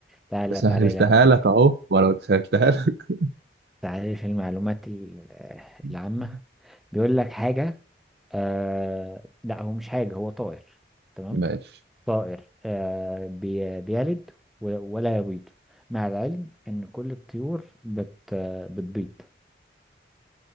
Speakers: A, in the centre; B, on the right.
A: تعالى
B: سهلتها
A: تعالى اللي انا بقفل
B: لك أهو وأنا قلت سهلتها لك
A: تعالى في المعلومات ال- آه، العامة
B: <laughs>
A: بيقول لك حاجة آه لا هو مش حاجة هو طائر تمام
B: ماشي
A: طائر آه بي بيلد و- ولا يبيض مع العلم ان كل الطيور بت آه، بتبيض